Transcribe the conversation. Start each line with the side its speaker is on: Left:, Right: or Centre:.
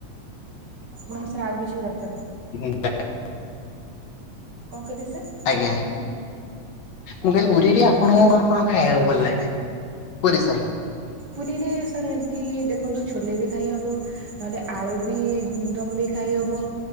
Right: ମୁ ସେରେ ଆଉ କିଛି ବି ଦରକାର
Left: <inaudible>
Right: କଣ କହିଲେ ସାର୍?
Left: ଆଜ୍ଞା ମୁଁ କହିଲି ପୁରୀରେ ଆପଣଙ୍କୁ
Right: ଅ
Left: କଣ କଣ ଖାଇବାକୁ ଭଲ ଲାଗେ ପୁରୀ ସାହି?
Right: ପୁରୀରେ ସାର୍ ଏମିତି ଦେଖନ୍ତୁ ଛୋଲେ ବି ଖାଇହବ। ନହେଲେ ଆଳୁ ବି ଦମ ବି ଖାଇ ହବ।